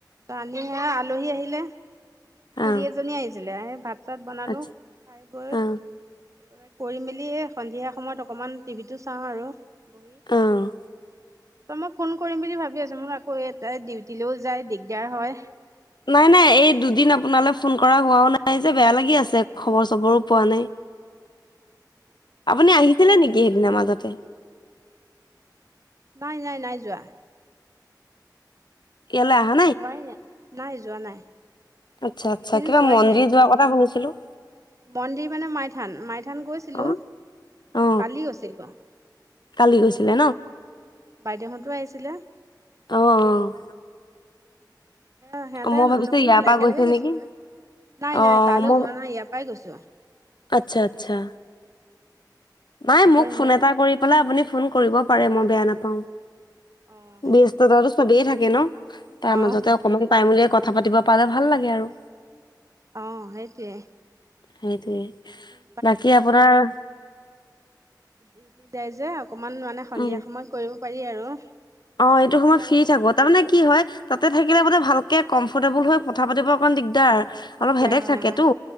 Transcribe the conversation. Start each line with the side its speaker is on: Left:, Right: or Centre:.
Right: আনি সে আলহী আহিলে, খুৰী
Left: অ
Right: এজনী আহিছিলে। আহ ভাত চাত বনালো।
Left: আচ্ছা
Right: খাই বৈ তাৰপাছতে
Left: অ
Right: কৰি মেলি এ, সন্ধিয়া সময়ত অকমান টিভিটো চাওঁ আৰু। বহি। ত'
Left: অ
Right: মই ফোন কৰিম বুলি ভাবি আছোঁ মোৰ আকৌ, এটাই ডিউটিলৈ যায় দিগদাৰ হয়।
Left: নাই নাই এই দুদিন আপোনালৈ ফোন কৰা হোৱাও নাই যে, বেয়া লাগি আছে খবৰ চবৰো পোৱা নাই।
Right: উ
Left: আপুনি আহিছিলে নেকি? সেইদিনা মাজতে।
Right: নাই, নাই, নাই যোৱা।
Left: ইয়ালৈ অহা
Right: যোৱাই নাই, নাই যোৱা নাই।
Left: আচ্ছা, আচ্ছা
Right: এইকেইদিন
Left: কিবা
Right: যোৱাই
Left: মন্দিৰ
Right: নাই।
Left: যোৱা কথা শুনিছিলো।
Right: মন্দিৰ মানে মাইথান, মাইথান গৈছিলো,
Left: অ অ
Right: কালি গৈছিলো।
Left: কালি গৈছে। নে
Right: বাইদেউহঁতো আহিছিলে।
Left: অ', অ'।
Right: সিহঁতে
Left: মই ভাবিছো
Right: নোসোমালে
Left: ইয়াৰ পৰা
Right: একেলগে
Left: গৈছে
Right: গৈছিলো
Left: নেকি
Right: এ নাই
Left: অ
Right: নাই তালৈ
Left: মই
Right: যোৱা নাই ইয়াৰ পৰাই গৈছো। যোৱা
Left: আচ্ছা, আচ্ছা। নাই
Right: আকৌ
Left: মোক
Right: সিহঁত
Left: ফোন এটা কৰি পেলাই, আপুনি ফোন কৰিব পাৰে মই বেয়া নাপাওঁ।
Right: অ',
Left: ব্যস্ততাটো চবেই থাকে ন' তাৰ
Right: অ',
Left: মাজতে অকমান পাইমুলিয় ক কথা পাতিব পালে ভাল লাগে আৰু।
Right: অ', সেইটোৱে।
Left: সেইটোৱে
Right: তাৰপিছত
Left: বাকী আপোনাৰ
Right: উটি যাই যে অকমান মানে সন্ধিয়া
Left: উম
Right: সময়ত কৰিব পাৰি আৰু।
Left: অ', এইটো
Right: নহ'লে
Left: সময়ত ফ্ৰী
Right: অলপ
Left: থাকো তাৰমানে কি হয় তাতে থাকিলে মানে ভালকে ক্মফ'ৰ্টেবল হৈ কথা পাতিব অকণ দিগদাৰ।
Right: দিগদাৰ
Left: অলপ হেদেক
Right: হয়,
Left: থাকেতো
Right: অ'।